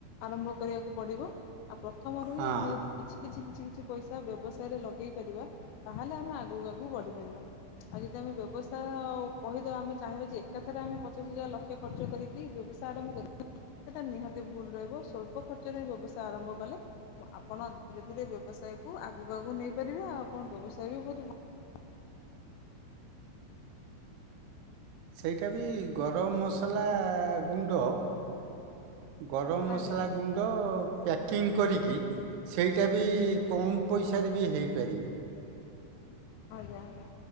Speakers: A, on the left; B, on the right.
A: ଆରମ୍ଭ କରିବାକୁ ପଡିବ ଆ ପ୍ରଥମରୁ
B: ହଁ
A: ହିଁ ଆମେ ଯଦି କିଛି, କିଛି କିଛି କିଛି ପଇସା ବ୍ୟବସାୟରେ ଲଗେଇ ପାରିବା, ତାହେଲେ ଆମେ ଆଗକୁ ଆଗକୁ ବଢ଼ିପାରିବା ଆଉ ଯଦି ଆମେ ବ୍ୟବସାୟ କହିଦବା ଆମେ ଚାହିଁବା ଯେ ଏକାଥରେ ଆମେ ପଚାଶ ହଜାର ଲକ୍ଷ ଖର୍ଚ୍ଚ କରିକି ବିଭି ବର୍ଷା ଆରମ୍ଭ କରିକି ସେଇଟା ନିହାତି ଭୁଲ ରହିବ ସ୍ୱଳ୍ପ ଖର୍ଚ୍ଚରେ ବ୍ୟବସାୟ, ଆରମ୍ଭ କଲେ ଆପଣ ଧୀରେ ଧୀରେ ବ୍ୟବସାୟ ଆଗକୁ ଆଗକୁ ନେଇପାରିବେ ଆଉ ଆପଣ ବ୍ୟବସାୟ ବି ବହୁତ ଭଲ।
B: ସେଇଟା ବି ଗରମ ମସଲା ଗୁଣ୍ଡ ଗରମ
A: ଆଜ୍ଞା
B: ମସଲା ଗୁଣ୍ଡ ପ୍ୟାକିଂ କରିକି ସେଇଟା ବି କମ ପଇସାରେ ବି ହେଇପାରିବ।
A: ଆଜ୍ଞା ଆଜ୍ଞା।